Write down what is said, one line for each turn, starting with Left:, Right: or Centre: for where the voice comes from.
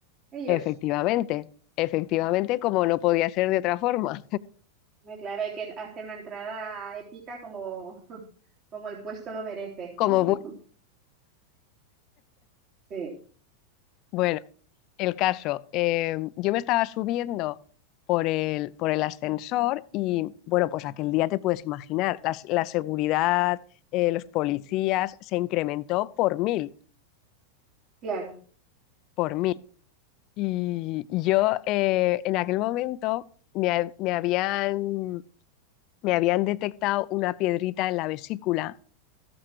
Right: ellos.
Left: Efectivamente, efectivamente, como no podía ser de otra forma,
Right: Hombre, Claro, hay que hacer una entrada épica como, <laughs> como el puesto lo merece,
Left: como
Right: ¿no? <laughs>
Left: bu-
Right: Sí,
Left: bueno. El caso, eh, yo me estaba subiendo por el, por el ascensor y bueno, pues aquel día te puedes imaginar, las- la seguridad, eh, los policías, se incrementó por mil,
Right: claro.
Left: por mil. Y yo eh, en aquel momento me, ha- me habían, me habían detectado una piedrita en la vesícula